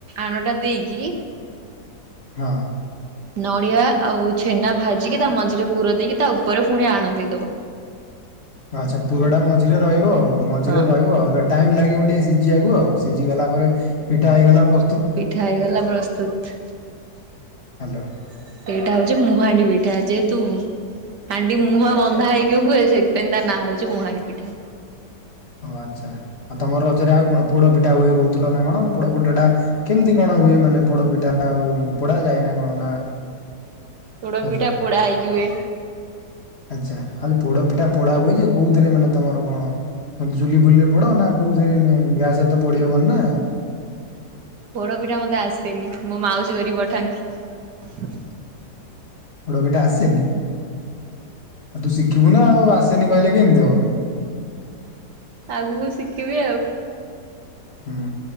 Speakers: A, on the right; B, on the left.
A: ଆନୋଟା ଦେଇକି
B: ହଁ।
A: ନଡିଆ ଆଉ ଛେନା ଭାଜିକି ତା ମଝିରେ ପୁର ଦେଇକି ତା ଉପରେ ପୁଣି ଆଣ ଦେଇେଇଦବ।
B: ଆଚ୍ଛା ପୁରଟା ମଝିରେ ରହିବ ଆଉ ମଝିରେ
A: ହଁ
B: ରହିବ ଆଉ ଟାଇମ୍ ଲାଗିବ ଟିକେ ସିଝିବାକୁ ଆଉ। ସିଝି ଗଲା ପରେ ପିଠା ହେଇଗଲା ପ୍ର
A: ପିଠା ହେଇଗଲା ପ୍ରସ୍ତୁତୁ ସେଇଟା
B: ହ୍ୟାଲୋ
A: ହଉଛି ମୁହାଣ୍ଡି ପିଠା। ପିଠା ଯେହେତୁ ହାଣ୍ଡି ମୁହଁ ବନ୍ଧା ହେଇକି ହୁଏ ସେଥିପାଇଁ ତା ନାଁ ହଉଛି ମୁହାଣି ପିଠା।
B: ଓ ଆଚ୍ଛା ଆଉ ତମର ରଜରେ ଆଉ କଣ ପୋଡ଼ପିଠା ହୁଏ କହୁଥିଲ ନା କଣ ପୋଡ଼ପିଠାଟା କେମିତି କଣ ହୁଏ ମାନେ ପୋଡ ପିଠା ଆଉ ପୋଡା ଯାଏନା କଣ ନା
A: ପୋଡ
B: ହ୍ୟାଲୋ
A: ପିଠା ପୋଡ଼ା ହେଇକି ହୁଏ।
B: ଆଚ୍ଛା ଆରେ ପୋଡ ପିଠା ପୋଡା ହୁଏ ଯେ କୋଉଥିରେ ମାନେ ତମର କଣ ଚୁଲି ଫୁଲିରେ ପୋଡ ନା କୋଉଥିରେ ଗ୍ୟାସରେ ତ ପୋଡି ହବନି ନା
A: ପୋଡ ପିଠା ମତେ ଆସେନି ମୋ ମାଉସୀ କରି ପଠାନ୍ତି।
B: ପୋଡ଼ପିଠା ଆସେନି ଆଉ ତୁ ଶିଖିବୁ ନା ଆଉ ଆସେନି କହିଲେ କେମିତି ହବ।
A: ଆଗକୁ ଶିଖିବି ଆଉ।
B: ହୁଁ